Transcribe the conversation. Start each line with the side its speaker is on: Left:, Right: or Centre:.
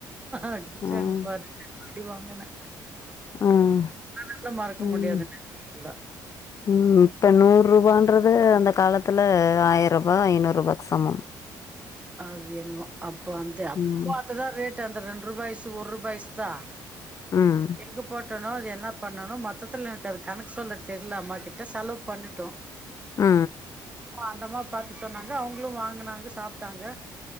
Right: அடிச்சாங்க
Left: ம்
Right: பாரு அடி வாங்கன
Left: ம்
Right: அதெல்லா மறக்க
Left: ம்
Right: முடியாத நனைவுகள் தா
Left: ம் இப்ப நூற் ரூபான்றது அந்த காலத்துல ஆயர் ரூபா ஐநூற் ரூபாக் சமம்.
Right: அது என்னமோ அப்பொ அந்த அப்போ
Left: ம்
Right: அதுதா ரேட்டு அந்த ரெண்டு ரூபா ஐஸு ஒர் ரூபா ஐஸ் தா.
Left: ம். ‌.
Right: எங்கே போட்டனோ அது என்ன பண்ணனோ மொத்தத்தில எனக்கு அது கணக்கு சொல்ல தெர்ல அம்மாக்கிட்ட செலவு பண்ணிட்டோ. <inaudible>
Left: ஆ
Right: ஓ அந்த அம்மா பாத்து சொன்னாங்க அவங்களு வாங்குனாங்க, சாப்ட்டாங்க.